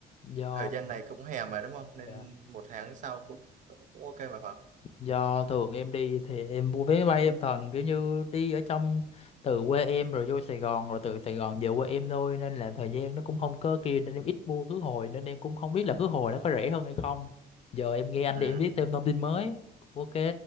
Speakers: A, on the left (about 35°); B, on the right (about 50°).
A: do
B: thời gian này cũng hè mà đúng không nên
A: dạ
B: một tháng sau cũng, cũng ok mà phải không
A: Do thường em đi thì em mua vé máy bay em toàn kiểu như đi ở trong từ quê em rồi vô Sài Gòn rồi từ Sài Gòn về quê em thôi nên là thời gian nó cũng không có kia nên em ít mua khứ hồi nên em cũng không biết là khứ hồi nó có rẻ hơn hay không. Giờ em nghe anh
B: ừ
A: đi em biết thêm thông tin mới. Ok.